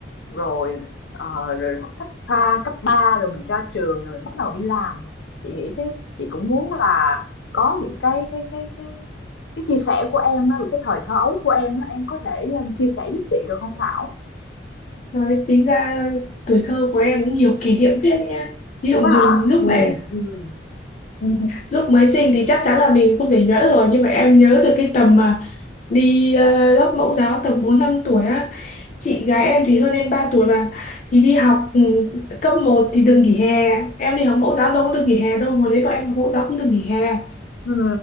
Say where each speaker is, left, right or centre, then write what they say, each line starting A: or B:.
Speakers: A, on the left; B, on the left.
A: Rồi ờ, rồi học cấp ba cấp ba rồi mình ra trường rồi mình bắt đầu đi làm. Chị nghĩ cái chị cũng muốn là có những cái cái cái cái cái chia sẻ của em á, cái thời thơ ấu của em á, em có thể um, chia sẻ giúp chị được không Thảo?
B: Nói tính ra tuổi thơ của em cũng nhiều kỷ niệm phết nha. Ví dụ
A: Có
B: mình
A: hả?
B: lúc
A: ừ
B: mà
A: ừ ừ
B: lúc mới sinh thì chắc chắn là mình không thể nhớ rồi nhưng mà em nhớ được cái tầm mà đi ờ, lớp mẫu giáo tầm 4 5 tuổi á. Chị gái em thì hơn em 3 tuổi mà thì đi học ừ, cấp một thì đừng nghỉ hè. Em đi học mẫu giáo đâu có được nghỉ hè đâu, hồi đấy bọn em học mẫu giáo không được nghỉ hè.
A: ừ